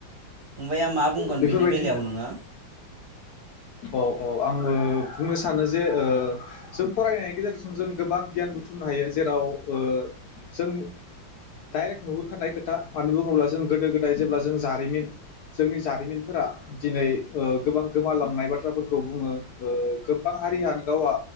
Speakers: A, on the right (about 50°); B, on the left (about 70°).
A: फंबाया मा बुंगोन
B: बे-फोरबायदिनो
A: बेनि बेलायाव नोङो
B: औ -अ-अ आङो बुंनो सानो जे ओ जों फरायनायनि गेजेरजों जों गोबां गियान बुथुमनो हायो जेराव ओ जों डाइरेक्ट नुहुरखानाय खोथा मानो बुङोब्ला जों गोदो गोदाय जेब्ला जों जारिमिन जोंनि जारिमिनफोरा दिनै ओ गोबां गोमालांनाय बाथ्राफोरखौ बुङो ओ गोबां हारियानो गावआ